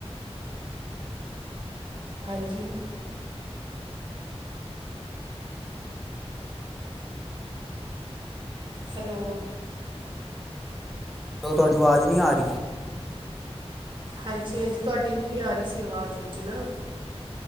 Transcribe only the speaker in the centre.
ਓ ਤੁਹਾਡੀ ਵਾਜ਼ ਨੀ ਆ ਰਹੀ।